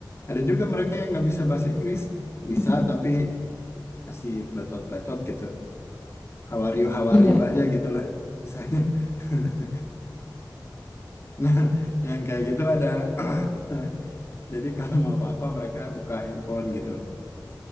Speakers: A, on the left; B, on the left.
A: Ada juga mereka yang nggak bisa bahasa Inggris, bisa
B: mhm,
A: tapi masih pletot-pletot gitu. How are you, how are
B: iya
A: you aja
B: Kak,
A: gitulah misalnya. <laughs> Nah, <laughs> yang kayak gitu ada. <clears throat> Jadi kalau mau apa-apa mereka buka handphone gitu.